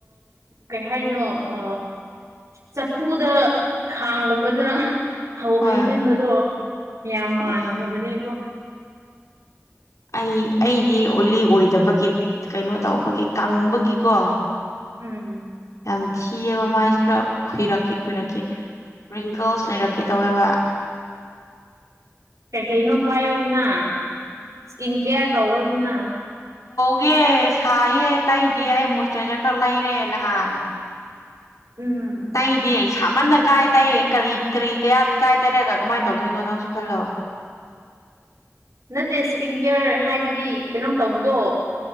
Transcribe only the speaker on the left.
ꯍꯣꯏ
ꯎꯝ ꯑꯩ ꯑꯩꯗꯤ ꯑꯣꯏꯂꯤ ꯑꯣꯏꯗꯕꯒꯤ ꯀꯩꯅꯣ ꯇꯧꯕꯒꯤ ꯀꯪꯕꯒꯤꯀꯣ
ꯌꯥꯝ ꯊꯤꯑꯕ ꯃꯥꯏꯁꯦ ꯈꯔ ꯈꯨꯏꯔꯛꯀꯦ ꯈꯨꯏꯔꯛꯀꯦ ꯔꯤꯡꯀꯜꯁ ꯂꯩꯔꯛꯀꯦ ꯇꯧꯋꯦꯕ
ꯑꯦꯦ ꯁꯥꯏꯌꯦ ꯇꯩꯗꯦ ꯑꯩ ꯃꯣꯏꯆꯔꯥꯏꯖꯔ ꯈꯔ ꯂꯩꯔꯦ ꯅꯍꯥꯟ
ꯇꯩꯗꯦ ꯁꯥꯃꯟꯅ ꯀꯥꯏ ꯇꯩ ꯀꯔꯤ ꯀꯔꯤ ꯀꯌꯥ ꯀꯥꯏꯗꯔꯒ ꯀꯃꯥꯏꯅ ꯇꯧꯗꯣꯏꯅꯣ ꯅꯪꯁꯨ ꯈꯜꯂꯣ